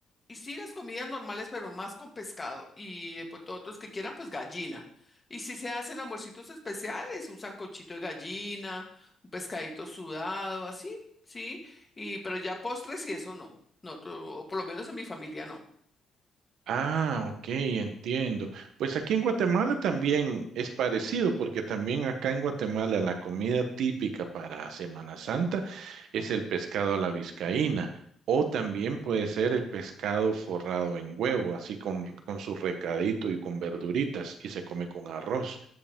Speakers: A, on the left; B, on the right.
A: y sí, las comidas normales, pero más con pescado. Y eh, pues todos los que quieran, pues gallina. Y si se hacen almuercitos especiales, un sancochito de gallina, un pescadito sudado, así, sí. Y pero ya postres y eso no. No, to- o por lo menos en mi familia no.
B: Ah, ok, entiendo. Pues aquí en Guatemala también es parecido, porque también acá en Guatemala la comida típica para Semana Santa es el pescado a la vizcaína, o también puede ser el pescado forrado en huevo, así con, con su recadito y con verduritas, y se come con arroz.